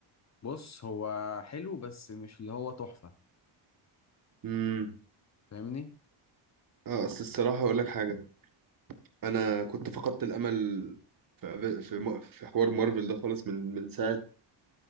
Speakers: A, on the left; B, on the right.
A: بص هو حلو بس مش اللي هو تحفه
B: امم
A: فاهمني
B: اه اصل الصراحه اقول لك حاجه انا كنت فقدت الامل في في م- في حوار مارفل ده خالص من من ساعه